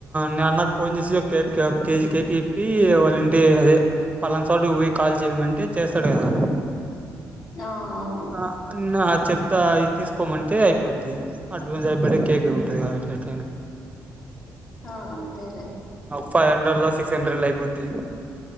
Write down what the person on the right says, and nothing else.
నే అన్నకు ఫోన్ చేసి ఒక కేక్ కేజీ కేక్ ఇప్పి వాళ్ళ ఇంటి అదే. పలన్ చోటుకు పోయి కాల్ చేయమంటే చేస్తాడు కదా.
ఆ నా చెప్ త తీసుకోమంటే అయిపోద్ది అడ్వాన్స్ హ్యాపీ బర్త్డే కేక్ ఉంటుంది కాబట్టి ఎట్లైనా.
ఫైవ్ హండ్రెడ్ లో సిక్స్ హండ్రడ్ లో అయిపోద్ది